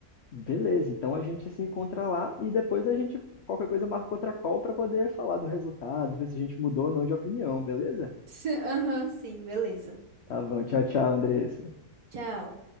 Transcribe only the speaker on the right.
<laughs> Aham, sim, beleza.
Tchau.